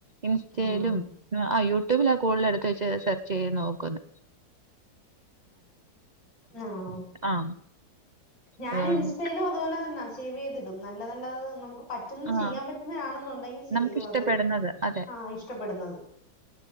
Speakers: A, on the right; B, on the left.
A: ഇൻസ്റ്റയിലും
B: ആഹ്
A: ആ യൂട യുട്യൂബില ആ കൂടുതൽ എടുത്ത് വെച്ച് സെർച്ച് ചെയ്ത് നോക്കുന്ന
B: ആഹ
A: ആഹ്
B: ഞാൻ
A: അതുകൊണ്ട്
B: ഇൻസ്റ്റയിലും അതുപോലെ തന്നെ സേവ് ചെയ്തിടും നല്ല നല്ല നമുക്ക് പറ്റുന്ന
A: ആഹ്
B: ചെയ്യാൻ പറ്റുന്നതണെന്നുണ്ടെങ്കിൽ ചെയ്യും
A: നമുക്ക് ഇഷ്ടപ്പെടുന്നത്
B: അത്
A: അതെ
B: ആ ഇഷ്ടപ്പെടുന്നത്